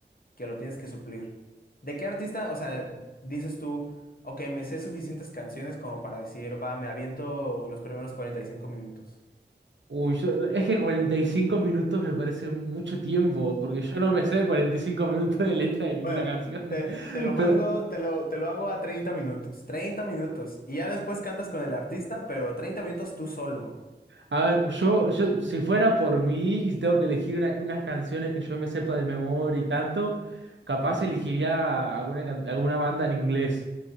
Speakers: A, on the left; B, on the right.
A: que lo tienes que suplir. ¿De qué artista? O sea, dices tú, ok, me sé suficientes canciones como para decir, va, me aviento los primeros 45 minutos.
B: Uy, yo- es que 45 minutos me parece mucho tiempo, porque yo no me sé 45 minutos de letra de ninguna
A: Bueno,
B: canción.
A: te,
B: <laughs>
A: te lo mando,
B: Pero
A: te lo, te lo hago a 30 minutos. treinta minutos. Y ya después cantas con el artista, pero 30 minutos tú solo.
B: A ver, yo, yo, si fuera por mí y si tengo que elegir una- unas canciones que yo me sepa de memoria y tanto, capaz
A: Sí,
B: elegiría alguna, can- alguna banda en inglés.